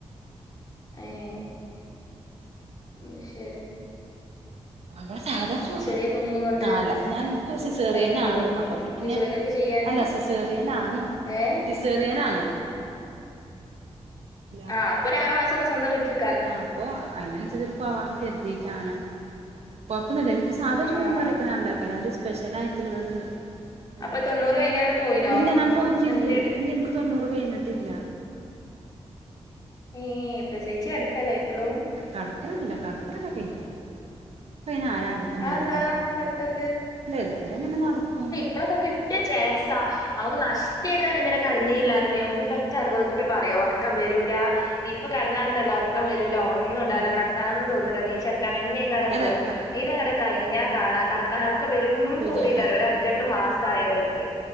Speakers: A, on the left; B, on the right.
A: ഏഹ് ഉം ശരി
B: അവിടെ സാധാ ചോറ്
A: ചെറിയ കുഞ്ഞിനും കൊണ്ട്
B: ആഹ് അല്ല ഞാൻ എനക്ക് സിസേറിയനാണ്
A: കയ്യോ
B: അപ്പ
A: വീട്ടു
B: പി ന്നെ
A: ജോലിയൊക്കെ ചെയ്യാന്
B: അല്ല സിസേറിയനാണ്
A: ഏ
B: സിസേറിയനാണ് അല്ല
A: ആഹ് അപ്പൊ ഒരു ആറ് മാസൊക്കെ സ്വന്തം വീട്ടില്
B: ആഹ് അപ്പൊ അതിനനുസരിച്ച് പോവാന്ന് കരുതിയിട്ടാണ്. കൊഴപ്പൊന്നൂല്ല എനിക്ക് സാധാ
A: ആഹ്
B: ചോറും കറിയൊക്കെ ഞാൻ ഉണ്ടാക്കും അല്ലാണ്ട് സ്പെഷ്യലായിട്ടുള്ളത്
A: അപ്പൊ
B: ആഹ്
A: തൊണ്ണൂറ് കഴിഞ്ഞാണ്ട് പോയിനോ
B: ഇല്ല ഞാൻ പോയിട്ടില്ലേ
A: ഹസ്ബൻഡിന്റെ
B: ഇല്ലെനിക്ക് തൊണ്ണൂറ് കഴിഞ്ഞിട്ടില്ല.
A: ഏയ് പ്രസവിച്ച് കെടക്കാല്ലേ ഇപ്പളും.
B: കടക്കലൊന്നൂല്ല കടക്കലൊക്കെ കഴിഞ്ഞ് ഇപ്പയ്ന് ആരാ ആ ത്തെ മാതിരി
A: അതെന്താ
B: കെടക്കും
A: കിടക്കാത്ത്
B: അല്ല ഇത് കൂടെ അങ്ങനെ നടക്കും.
A: ഇപ്പോളൊക്കെ കിട്ടിയ ചാൻസാ നമുക്ക് നഷ്ടയേക്കാര് ഇങ്ങനെ കെടന്നീലാന്നുണ്ടെങ്കി ഒന്ന് പെ റ്റ അനുഭവത്തില് പറയാ ഒറക്കം വരൂലാ ഇപ്പം കെടന്നാലുണ്ടല്ലോ ഒറക്കം ക്കം വരൂലാ ഒന്നും ഉണ്ടാവൂല്ല
B: ആഹ്
A: കെടക്കാനൊന്നും തൊന്നൂല എനീച്ചടക്കാൻ തന്നെക്കാരം
B: അല്ല
A: തോന്നാ ഇതങ്ങട് കഴിഞ്ഞ കാണാ കടക്കാനൊക്കെ വരും
B: പുതിയ
A: പൂതിയെക്കാര് ഒരു അഞ്ചെട്ട് മാസം ആയാൽ ഓര്ക്ക്.